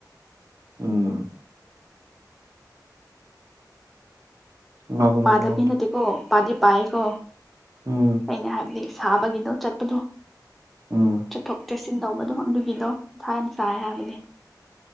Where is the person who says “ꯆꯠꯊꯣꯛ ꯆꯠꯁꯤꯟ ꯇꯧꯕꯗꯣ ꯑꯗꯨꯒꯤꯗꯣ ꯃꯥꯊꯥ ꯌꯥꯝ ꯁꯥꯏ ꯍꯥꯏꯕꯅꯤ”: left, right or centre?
Centre